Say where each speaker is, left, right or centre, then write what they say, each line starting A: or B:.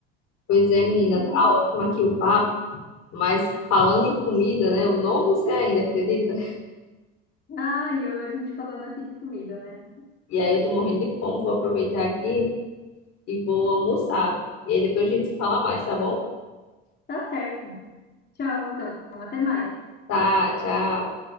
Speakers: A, on the left (about 55°); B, on the left (about 35°).
A: Pois é, menina,
B: <laughs>
A: tá ótimo aqui o papo, mas falando em comida, né? Eu não almocei ainda, acredita?
B: Ah, e eu, a gente falando aqui de comida, né?
A: E aí eu tô morrendo de fome, vou aproveitar aqui. e vou almoçar. E aí depois a gente se fala mais, tá bom?
B: Tá certo. Tchau, então. Até mais.
A: Tá, tchau.